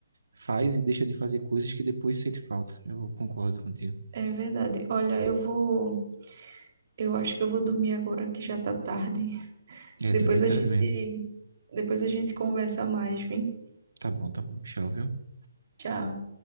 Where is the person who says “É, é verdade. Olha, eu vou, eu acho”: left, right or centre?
Right